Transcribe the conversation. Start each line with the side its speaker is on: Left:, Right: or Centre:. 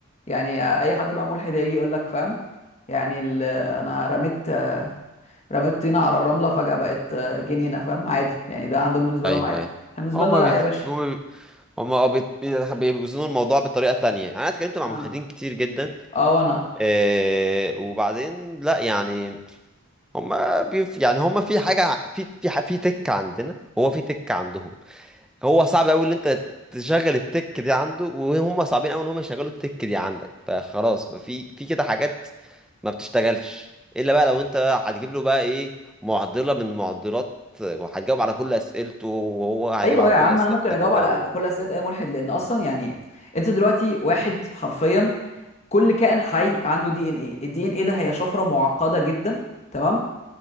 Left: يعني اي حد بقى ملحد هيجي يقول لك فاهم يعني ال- انا رميت آه، رميت طينه على الرمله فجاه بقت آه، جنينه فاهم عادي يعني ده عندهم بالنسبه
Centre: ايوه
Left: لهم عادي
Centre: ايوه
Left: احنا بالنسبه
Centre: هما
Left: لنا لا
Centre: بيف...
Left: يا باشا
Centre: هما بي... هما اه بيت- بي- بيوزنوا الموضوع بطريقة تانية يعني انا اتكلمت مع
Left: اه
Centre: ملحدين كتير جدا
Left: اه وانا
Centre: آه وبعدين لا يعني هما بيف... يعني هما في حاجة ع- في في ح- في تك عندنا هو في تك عندهم هو صعب قوي ان انت تشغل التك دي عنده وهم صعبين قوي ان هم يشغلوا التك دي عندك فخلاص بقى في في كده حاجات ما بتشتغلش الا بقى لو انت بقى هتجيب له بقى ايه معضله من معضلات هتجاوب على كل اسئلته وهو هيجاوب
Left: ايوه
Centre: على
Left: يا عم
Centre: كل اسئلتك
Left: انا ممكن اجاوب
Centre: وكلام
Left: على
Centre: من
Left: كل
Centre: ده
Left: اسئله اي ملحد لان اصلا يعني انت دلوقتي واحد حرفيا كل كائن حي عنده دي ان ايه الدي ان ايه ده هي شفره معقده جدا تمام